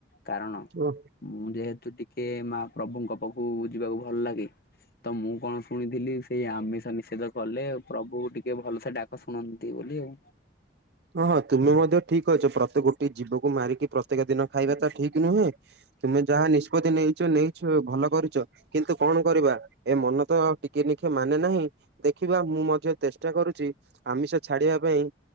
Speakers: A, on the left (about 50°); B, on the right (about 60°).
A: କାରଣ
B: କୁହ।
A: ମୁଁ ଯେହେତୁ ଟିକେ ମାହାପ୍ରଭୁଙ୍କ ପାଖୁକୁ ଯିବାକୁ ଭଲ ଲାଗେ। ତ ମୁଁ କଣ ଶୁଣିଥିଲି ସେଇ ଆମିଷ ନି ଷେଧ କଲେ ପ୍ରଭୁ ଟିକେ ଭଲସେ ଡାକ ଶୁଣନ୍ତି ବୋଲି ଆଉ।
B: ହଁ ହଁ ତୁମେ ମଧ୍ୟ ଠିକ୍ କହିଚ ପ୍ରତ୍ୟେକ ଗୋଟିଏ ଜୀବକୁ ମାରିକି ପ୍ରତ୍ୟେକ ଦିନ ଖାଇବା ତ ଠିକ ନୁହେଁ। ତୁମେ ଯାହା ନିଷ୍ପତି ନେଇଛ ନେଇଛ ଭଲ କରିଚ। କିନ୍ତୁ କଣ କରିବା ଏ ମନ ତ ଟିକେ ନିଖେ ମାନେ ନାହିଁ। ଦେଖିବା ମୁଁ ମଧ୍ୟ ତେଷ୍ଟା କରୁଚି ଆମିଷ ଛାଡିବା ପାଇଁ।